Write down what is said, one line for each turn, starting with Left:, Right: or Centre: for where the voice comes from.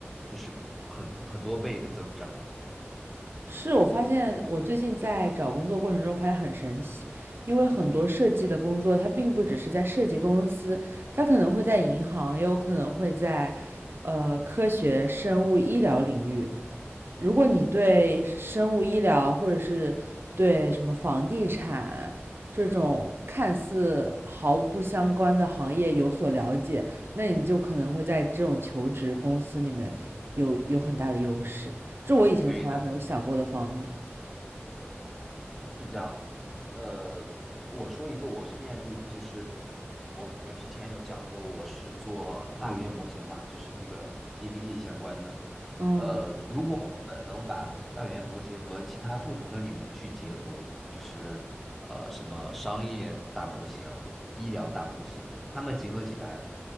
Centre: 就是很很多倍的增长。
Right: 是我发现，我最近在找工作过程中发现很神奇，因为很多设计的工作，它并不只是在设计公司，它可能会在银行，也有可能会在呃科学、生物、医疗领域。如果你对生物医疗或者是对什么房地产这种看似毫不相关的行业有所了解，那你就可能会在这种求职公司里面有有很大的优势，这我以前从来没有想过的方面。
Centre: 对的。是这样的，呃，我说一个我身边的例子，就是我我之前有讲过，我是做大语言模型嘛，就是这个 GPT 相关的。
Right: 嗯，
Centre: 呃，如果我们能把大语言模型和其他不同的领域去结合，就是呃什么商业大模型、医疗大模型，它们结合起来，